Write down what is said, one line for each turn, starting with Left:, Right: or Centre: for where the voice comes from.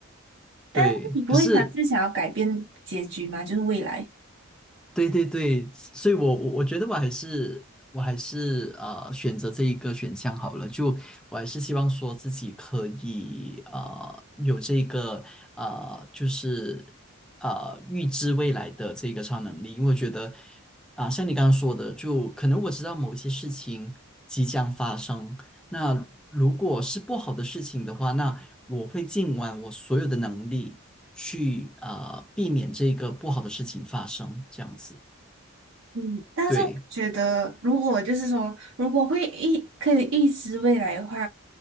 Right: 但是你不会尝试想要改变结局吗？
Centre: 对，可是
Right: 就是未来。
Centre: 对对对，所以我我我觉得我还是我还是呃选择这一个选项好了，就我还是希望说自己可以呃有这个呃就是呃预知未来的这个超能力，因为我觉得啊、像你刚刚说的，就可能我知道某一些事情即将发生，那如果是不好的事情的话，那我会尽完我所有的能力。去啊、呃避免这个不好的事情发生，这样子。
Right: 嗯，但是我觉得，
Centre: 对
Right: 如果就是说，如果会预可以预知未来的话，